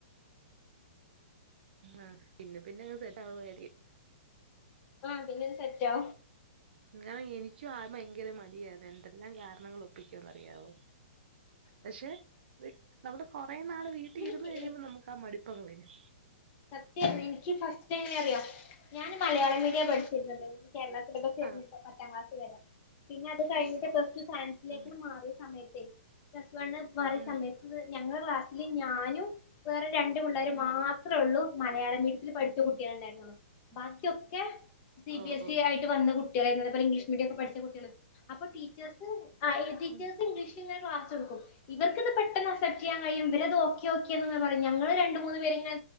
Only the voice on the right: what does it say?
ആഹ് പിന്നെ പിന്നെ അങ്ങ് സെറ്റാവു ആയിരിക്കും.
ഞാൻ എനിക്കും ആദ്യം ഭയങ്കര മടിയായിരുന്നു എന്തെല്ലാം കാരണങ്ങൾ ഒപ്പിക്കോന്ന് അറിയാവോ. പക്ഷെ വീ നമ്മള് കൊറെ നാള് വീട്ടി
ഇരുന്ന് കഴിയുമ്പോ നമ്മക്കാ മടിപ്പങ്ങ് വരും
ആഹ്
ആഹ്
ഉം
ഉം
ഓ
ഓ
ഉം